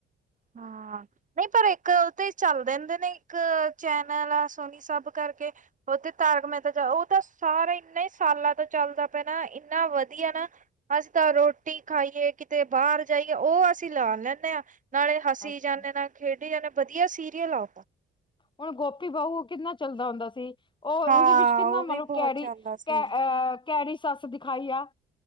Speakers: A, on the right (about 40°); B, on the left (about 25°).
A: ਹਾਂ। ਨਹੀਂ ਪਰ ਇੱਕ ਉਹ ਤੇ ਚੱਲ ਦੇਦੇ ਨੇ ਇੱਕ ਚੈਨਲ ਆ ਸੋਨੀ ਸਭ ਕਰਕੇ ਉਹ ਤੇ ਤਾਰਕ ਮੇਹਤਾ ਉਹ ਤਾਂ ਸਾਰਾ ਇੰਨਾ ਹੀ ਸਾਲਾਂ ਤੋਂ ਚੱਲਦਾ ਪਿਆਣਾ ਇੰਨਾ ਵਧੀਆ ਨਾ ਅਸੀਂ ਤਾਂ ਰੋਟੀ ਖਾਈਏ ਕਿਤੇ ਬਾਹਰ ਜਾਈਏ ਉਹ ਅਸੀਂ ਲਾ ਲੈਂਦੇ ਹਾਂ ਨਾਲੇ ਹਸੀ
B: ਅੱਛਾ
A: ਜਾਂਦੇ ਨਾਲ ਖੇਡੀ ਜਾਂਦੇ ਵਧੀਆ ਸੀਰੀਅਲ ਆ।
B: ਹੁਣ ਗੋਪੀ ਬਾਹੂ ਕਿੰਨਾ ਚੱਲਦਾ ਹੁੰਦਾ ਸੀ। ਉਹ ਉਹਦੇ
A: ਹਾਂ
B: ਵਿੱਚ ਕਿੰਨਾ
A: ਉਹ
B: ਮਤਲਬ
A: ਵੀ ਬਹੁਤ
B: ਕੈਰੀ
A: ਚੱਲਦਾ
B: ਕ
A: ਸੀ
B: ਅਹ ਕੈਰੀ ਸੱਸ ਦਿਖਾਈ ਆ।